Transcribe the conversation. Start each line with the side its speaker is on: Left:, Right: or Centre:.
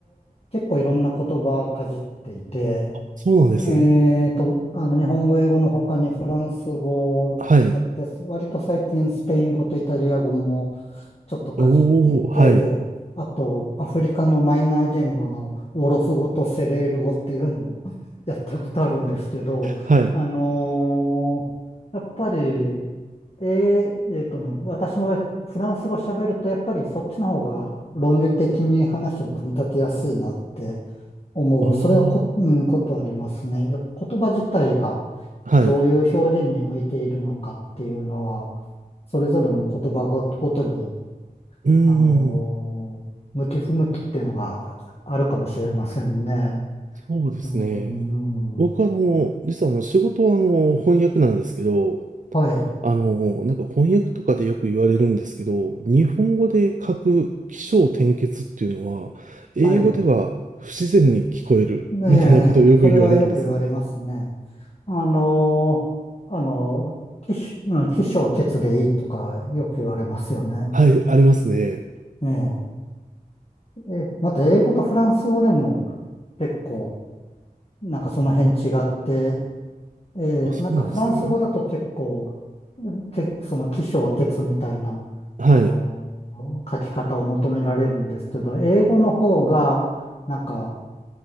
Left: 結構いろんな言葉かじっていて、
Right: そうなんですね。
Left: えーと、あの、日本語、英語の他にフランス語をやって、
Right: はい。
Left: 割と最近スペイン語とイタリア語もちょっとかじっていて、
Right: おー、はい。
Left: あと、アフリカのマイナー言語のオロフ語とセレール語っていうのを <laughs> やったことあるんですけど、
Right: はい。
Left: あのーやっぱり、えー、えーとね、私の場合、フランス語喋ると、やっぱりそっちの方が論理的に話を組み立てやすいなって思う。
Right: ああ、
Left: それはこ、うん、ことありますね。やっぱ言葉自体が
Right: はい。
Left: どういう表現に向いているのかっていうのは、それぞれの言葉ご、ごとに、
Right: うーん、
Left: あのー向き不向きっていうのがあるかもしれませんね。
Right: そうですね。
Left: うーん。
Right: 僕はあの、実はあの仕事はあの翻訳なんですけど、
Left: はい。
Right: あの、なんか翻訳とかでよく言われるんですけど、日本語で書く起承転結っていうのは、英語では不自然に聞こえるみたいなことをよく言われるんですね。
Left: はい。ねえ、それはよく言われますね。あのーあのー、起承うん起承結でいいとかよく言われますよね。
Right: はい、ありますね。
Left: ええ、えまた英語とフランス語でも結構なんかその辺違って、えーなんかフランス語だと結構、
Right: あ、そうなんですね。
Left: け、その起承転みたいな、
Right: はい。
Left: あの、書き方を求められるんですけど、英語の方が、なんか